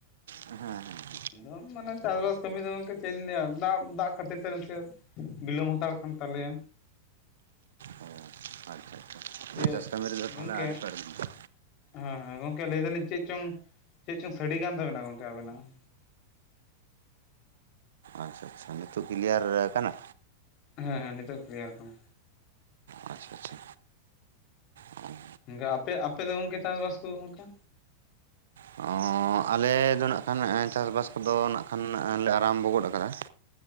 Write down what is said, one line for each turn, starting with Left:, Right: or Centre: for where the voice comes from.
Right: ᱦᱮᱸ ᱦᱮᱸ
Left: ᱮᱠᱫᱚᱢ ᱢᱟᱱᱮ ᱪᱟᱥᱵᱟᱥ ᱠᱟᱹᱢᱤ ᱫᱚ ᱜᱚᱝᱠᱮ ᱪᱮᱫᱠᱤᱧ ᱞᱮᱭᱟ ᱫᱟᱜᱼᱫᱟᱜ ᱠᱷᱟᱹᱛᱤᱨ ᱛᱮ ᱱᱥᱮ ᱵᱤᱞᱚᱢ ᱦᱟᱛᱟᱲ ᱠᱟᱱ ᱛᱟᱞᱮᱭᱟ᱾
Right: ᱚ ᱟᱪᱪᱷᱟ ᱟᱪᱪᱷᱟ
Left: ᱤᱭᱟᱹ
Right: ᱪᱟᱥ ᱠᱟᱹᱢᱤ ᱨᱮᱫᱚ
Left: ᱜᱚᱝᱠᱮ
Right: ᱛᱟᱦᱚᱞᱮ ᱟᱹᱣᱨᱤ ᱯᱮ ᱟᱬᱜᱚᱱᱟ
Left: ᱦᱮᱸ ᱦᱮᱸ ᱜᱚᱝᱠᱮ ᱞᱟᱹᱭ ᱫᱟᱞᱤᱧ ᱪᱮᱫ ᱪᱚᱝ ᱪᱮᱫ ᱪᱚᱝ ᱥᱟᱹᱰᱮ ᱠᱟᱱ ᱛᱟᱵᱮᱱᱟ ᱜᱚᱝᱠᱮ ᱟᱹᱵᱱᱟᱜ ᱦᱚᱸ
Right: ᱟᱪᱪᱷᱟ ᱟᱪᱪᱷᱟ ᱱᱤᱛᱚᱜ ᱠᱞᱤᱭᱟᱨ ᱠᱟᱱᱟ
Left: ᱦᱮᱸ ᱦᱮᱸ ᱱᱤᱛᱚᱜ ᱠᱞᱤᱭᱟᱨ ᱠᱟᱱᱟ
Right: ᱚ ᱟᱪᱪᱷᱟ ᱟᱪᱪᱷᱟ ᱚ
Left: ᱜᱚᱝᱠᱮ ᱟᱯᱮ ᱟᱯᱮ ᱫᱚ ᱜᱚᱝᱠᱮ ᱪᱟᱥ ᱵᱟᱥ ᱠᱚᱫᱚ ᱜᱚᱝᱠᱮ
Right: ᱚ ᱟᱞᱮ ᱫᱚ ᱱᱟᱜ ᱠᱷᱟᱱ ᱪᱟᱥ ᱵᱟᱥ ᱠᱚᱫᱚ ᱱᱟᱜ ᱠᱷᱟᱱ ᱞᱮ ᱟᱨᱟᱢᱵᱚ ᱜᱚᱫ ᱟᱠᱟᱫᱟ